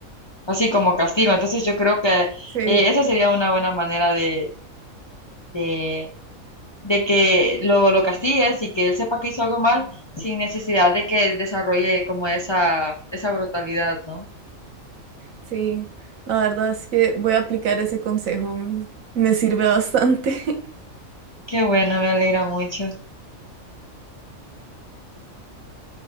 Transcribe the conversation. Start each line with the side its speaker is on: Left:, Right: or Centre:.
Left: Así como castigo. Entonces, yo creo que
Right: Sí,
Left: eh, esa sería una buena manera de... de de que lo, lo castigues y que él sepa que hizo algo mal sin necesidad de que él desarrolle como esa, esa brutalidad, ¿no?
Right: sí. La verdad es que voy a aplicar ese consejo. Me me sirve bastante. <laughs>
Left: Qué bueno, me alegra mucho.